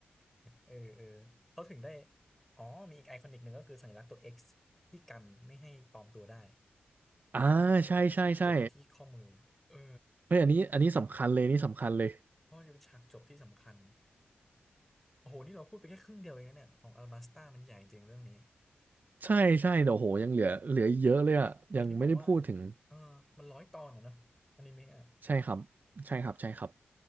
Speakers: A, in the centre; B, on the right (about 50°).
A: เออเออเขาถึงได้อ๋อมีอีกไอคอนิกหนึ่งก็คือสัญลักษณ์ตัว X ที่กันไม่ให้ปลอมตัวได้
B: อ่าใช่ใช่ใช่
A: ที่เก็บไว้ที่ข้อมือเออ
B: เฮ้ยอันนี้อันนี้สำคัญเลยนี่สำคัญเลย
A: เพราะมันจะเป็นฉากจบที่สำคัญโอ้โหนี่เราพูดไปแค่ครึ่งเดียวเองนะเนี่ยของอัลบาสตามันใหญ่จริงเรื่องนี้
B: ใช่ใช่เดี๋ยวโหยังเหลือเหลืออีกเยอะเลยอ่ะยังไม่ได้พูดถึง
A: อย่างที่บอกว่าเออมันร้อยตอนอะเนอะอนิเมะอะ
B: ใช่ครับใช่ครับใช่ครับ